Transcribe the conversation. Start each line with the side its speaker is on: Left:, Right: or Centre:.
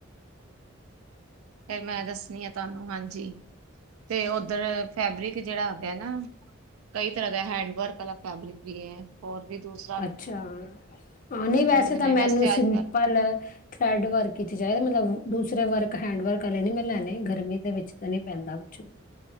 Right: ਫਿਰ ਮੈਂ ਦੱਸਣੀ ਆ ਤੁਹਾਨੂੰ ਹਾਂਜੀ। ਤੇ ਉੱਧਰ ਫੈਬਰਿਕ ਜਿਹੜਾ ਹੈਗਾ ਨਾ ਕਈ ਤਰ੍ਹਾਂ ਦਾ ਹੈਂਡ ਵਰਕ ਆਲਾ ਫੈਬਰਿਕ ਵੀ ਐ ਹੋਰ ਵੀ ਦੂਸਰੇ
Left: ਅੱਛਾ ਹਾਂ, ਨਹੀਂ ਵੈਸੇ
Right: ਦੇ
Left: ਤਾਂ
Right: ਨੇ
Left: ਮੈਨੂੰ
Right: ਵੈਸੇ
Left: ਸਿੰਪਲ
Right: ਅੱਜ ਕੱਲ
Left: ਥਰੈਡ ਵਰਕ ਕੀਤੀ ਜਾਏ ਮਤਲਬ ਦੂਸਰੇ ਵਰਕ ਹੈਂਡ ਵਰਕ ਵਾਲੇ ਨਹੀਂ ਮੈਂ ਲੈਣੇ ਗਰਮੀ ਦੇ ਵਿੱਚ ਤਾਂ ਨਹੀਂ ਪੈਂਦਾ ਕੁਛ।